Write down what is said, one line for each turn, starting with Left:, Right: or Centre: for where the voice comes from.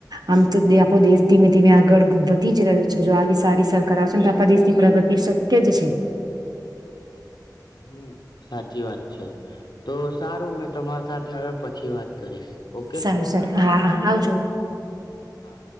Right: આમ તો આપણો દેશ ધીમે ધીમે આગળ વધી જ રહ્યો છે. જો આવી સારી સરકાર આવશે ને તો આપણા દેશની પ્રગતિ શક્ય જ છે.
Left: હમ સાચી વાત છે. તો સારૂ મેં તમારી સાથે હવે પછી વાત કરીશ. ઓકે
Right: સારું સારું હા હા આવજો.
Left: હા